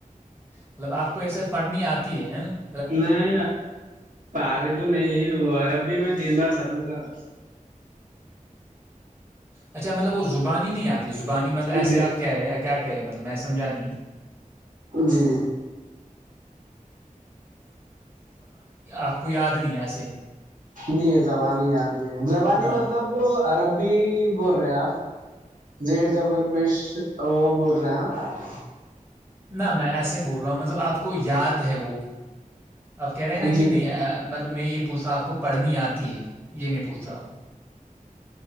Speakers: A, on the right; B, on the right.
A: مطلب آپ کو ایسے پڑنی آتی ہے ہ
B: میں آ ری تو نہیں وہ ا ربی میں تین بار ختم کرا
A: اچھا مطلب وہ زبان ہی نہیں آتا زبانی مطلب ایسے
B: جی
A: آپ کہہ رہے ہیں کیا کہہ رہے ہیں مطلب میں سمجھانی
B: جی
A: آپ کو یاد نہیں ہے ایسے
B: نہیں زبانی ادیھی زبانی
A: آ،
B: مطلب وہ عرب بھی بول رہے ہیں آپ زیر زبر پیش وہ بور رہے آپ
A: نہ میں ایسے بول مطلب آپ کو یاد ہے وہ آپ کہہ رہے ہیں نا
B: جی
A: کہ نہیں مطلب میں یہ پوچھا آپ کو پڑھنی آتی ہے یہ میں پوچھ رہا ہوں